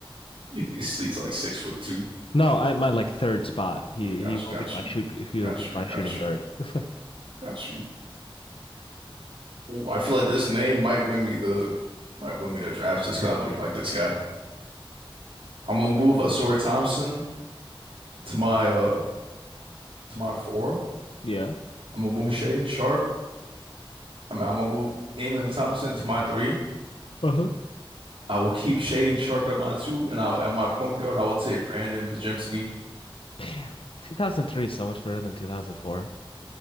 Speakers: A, on the right; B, on the left.
A: You see, it's like six foot two.
B: No, at my like third spot. He
A: Oh My gosh,
B: he will
A: got
B: be my
A: you,
B: shoot he'll
A: got
B: be
A: you,
B: my
A: got
B: shooting guard.
A: you,
B: <laughs> It's like
A: got you. Oh, I feel like this name might win me the might win me the draft just because I know you like this guy. I'm gonna move Asura Thompson to my uh to my four.
B: yeah.
A: I'm gonna move Shading Sharp. I mean, I'm gonna move Amon Thompson to my three.
B: Uh-huh.
A: I will keep Shading Sharp at my two, and I at my point guard, I will take Brandon Pajemski.
B: Damn. 2003 is so much better than 2004.